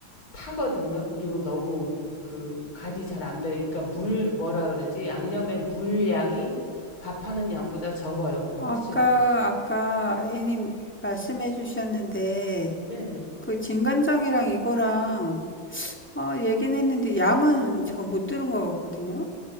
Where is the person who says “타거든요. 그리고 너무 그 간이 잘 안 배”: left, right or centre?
Left